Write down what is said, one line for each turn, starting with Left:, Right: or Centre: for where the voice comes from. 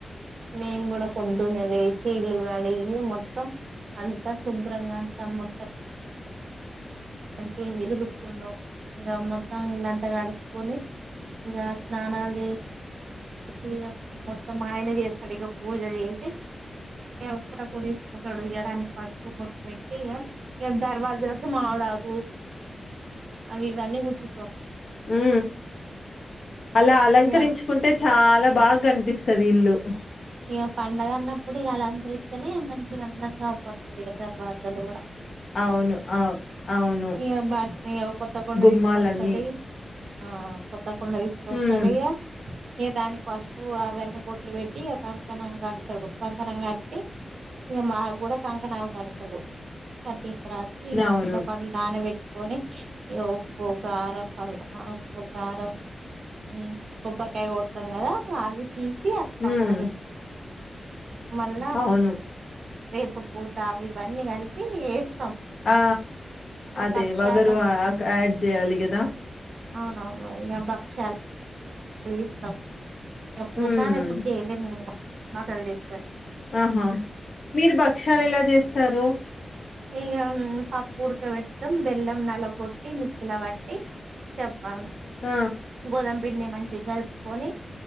Right: మేము కూడా పొద్దున్న లేసి ఇల్లు కడిగి మొత్తం అంతా శుభ్రంగా అంతా మొత్తం ఇంకేమ్ <unintelligible> ళ్ళు దులుపుకున్నావు. ఇగ మొత్తం ఇల్లంతా కడుక్కోని ఇగ స్నానాలు చేసి మొత్తం మా ఆయన చేస్తాడు. ఇగ పూజ చేసి <inaudible> కొ తీసుకుంటాడు ఇయాడానికి పసుపు బొట్టు పెట్టి ఇగ దర్వాజలకి మామిడు ఆక్ అవి ఇవన్నీ కుచ్చుతం
Left: ఉ అలా అలంకరించుకుంటే
Right: ఇగ
Left: చాలా బాగా కనిపిస్తది ఇల్లు ఓ
Right: ఇగ పండగ అన్నప్పుడు ఇగ అలంకరిస్తేనే మంచిగా అందంగా అగుపడుతుంది. దర్వాజాలు కూడా
Left: అవును అ అవును
Right: ఇగ బట్ ఇగ కొత్త కుండ
Left: గుమ్మాలన్నీ
Right: తీసుకొస్తాడు ఆ కొత్త కొండ తీసుకోస్తాడ్
Left: హ్మ్.
Right: ఇగ ఇగ దాని పసుపు అవన్నీ బొట్లు పెట్టి కంకణం కడతడు కం కంకణం కట్టి ఇక మా కూడా కంకణాలు కడతాడు కట్ ఇంత రాత్రి ఇగ
Left: అవును.
Right: చింత పడు నాన వేట్టి కని ఇక ఉప్పు కారం ప ఉప్పు కారం ఉ కొబ్బరికాయ కొడతాం కదా అవి తీసి అక్
Left: హ్మ్.
Right: పక్కన పెట్ మల్నా
Left: అవును.
Right: వేపు పూత అవి ఇవన్నీ కలిపి ఎస్
Left: ఆ అదే
Right: భక్షాలు
Left: వగరు అడ్డజేయలీగా దా
Right: అవునవును ఇగ బక్షాల్ యిస్తాం ఇగ పూర్ణలెప్పుడు
Left: హ్మ్.
Right: ఎప్పుడు చెయ్యలే మేము మాటవిదేస్
Left: ఆహా మీరు భక్ష్యాలు ఎలా చేస్తారు
Right: ఇగ ఉం పప్పు ఉడకబడతాం బెల్లం నలగ గొట్టి మిక్సీ ల పట్టి చెప్ బ
Left: ఆ!
Right: గోదమ్ విడినేం చిగా గలుపుకొని